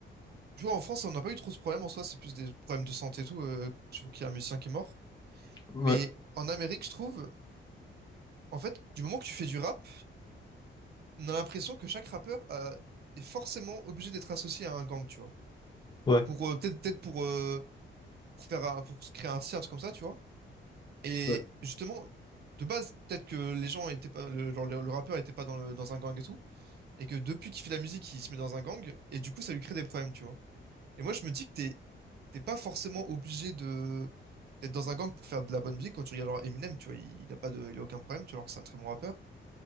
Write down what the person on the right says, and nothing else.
tu vois en France on n'a pas eu trop ce problème en soi c'est plus des problèmes de santé et tout euh, je vois qu'il y a un musicien qui est mort
Mais en Amérique, je trouve, en fait, du moment que tu fais du rap, on a l'impression que chaque rappeur a- est forcément obligé d'être associé à un gang, tu vois.
Pour euh, peut-être peut-être pour euh, pour faire un- pour se créer un cirque comme ça, tu vois. Et
justement, de base, peut-être que les gens étaient pas le, genre, le, le rappeur était pas dans le, dans un gang et tout, et que depuis qu'il fait de la musique, il se met dans un gang, et du coup, ça lui crée des problèmes, tu vois. Et moi, je me dis que t'es t'es pas forcément obligé de d'être dans un gang pour faire de la bonne musique. Quand tu regardes genre Eminem, tu vois, il, il a pas de, il a aucun problème, tu vois, alors que c'est un très bon rappeur.